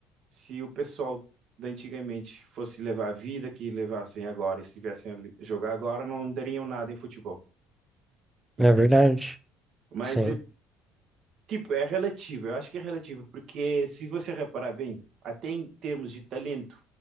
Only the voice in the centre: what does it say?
é verdade.
Sim,